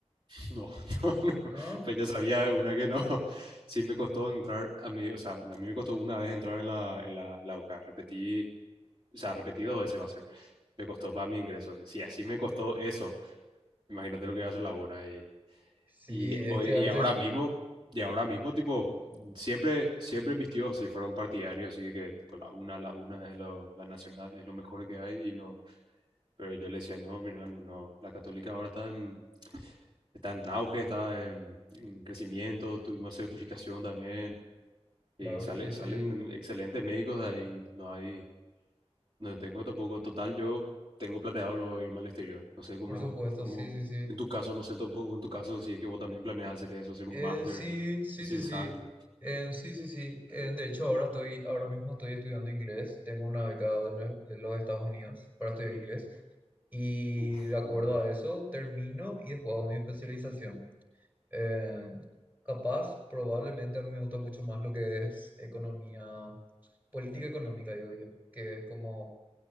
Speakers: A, on the right; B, on the right.
A: <laughs> no, no, no,
B: ¿No?
A: pues ya sabía una que no, <laughs> sí me costó entrar, a mí, o sea, a mí me costó una vez entrar en la, en la, en la UCA, repetí, o sea, repetí dos veces va a ser, me costó para mi ingreso, si así me costó eso, imagínate lo que va a hacer la una y
B: Sí,
A: Y
B: es
A: hoy,
B: que
A: y
B: arte
A: ahora mismo, y ahora mismo, tipo, siempre, siempre mis tíos sí fueron partidarios, así que tipo la una, la una es lo, la nacional, es lo mejor que hay, y no, pero yo le decía, no, mira, no, no, la católica ahora está en, está en auge, está en, en crecimiento, tuvimos certificación también,
B: Claro
A: y sale,
B: que sí,
A: salen
B: sí,
A: excelentes médicos de ahí, no hay, no tengo tampoco. Total, yo tengo planeado lo- irme al exterior. No sé cómo,
B: por supuesto,
A: cómo,
B: sí, sí, sí.
A: en tu caso, no sé tampoco en tu caso si es que vos también planeas hacer eso, hacer un
B: Eh,
A: máster,
B: sí, sí,
A: especializarte.
B: sí, sí. Eh, sí, sí, sí. Eh, de hecho, ahora estoy, ahora mismo estoy estudiando inglés. Tengo una beca de, nue- de los Estados Unidos para estudiar inglés. Y
A: Uf,
B: de acuerdo
A: qué bueno.
B: a eso, termino y después hago mi especialización. Eh, capaz, probablemente a mí me gusta mucho más lo que es economía, política económica, digo yo, que es como